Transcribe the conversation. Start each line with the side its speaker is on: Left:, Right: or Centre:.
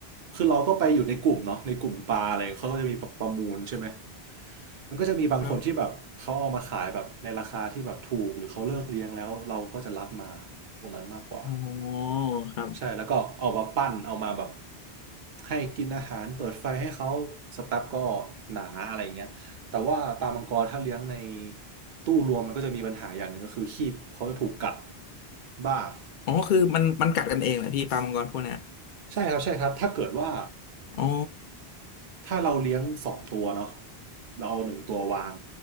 Right: คือเราก็ไปอยู่ในกลุ่มเนาะในกลุ่มปลาอะไรเขาก็จะมีประมูลใช่ไหม มันก็จะมีบางคนที่แบบเขาเอามาขายแบบในราคาที่แบบถูกหรือเขาเลิกเลี้ยงแล้วเราก็จะรับมา
Left: ครับ
Right: ตรงนั้นมากกว่า
Left: อ๋อครับ
Right: ใช่แล้วก็เอามาปั้นเอามาแบบให้กินอาหารเปิดไฟให้เขาสกแป๊บก็หนาอะไรอย่างเงี้ยแต่ว่าปลามังกรถ้าเลี้ยงในตู้รวมมันก็จะมีปัญหาอย่างหนึ่งก็คือคีบเขาจะถูกกัดบ้าง
Left: อ๋อคือมันมันกัดกันเองแหละพี่ปลามังกรพวกเนี้ย
Right: ใช่ครับใช่ครับถ้าเกิดว่า
Left: อ๋อ
Right: ถ้าเราเลี้ยงสองตัวเนาะเราเอาหนึ่งตัววาง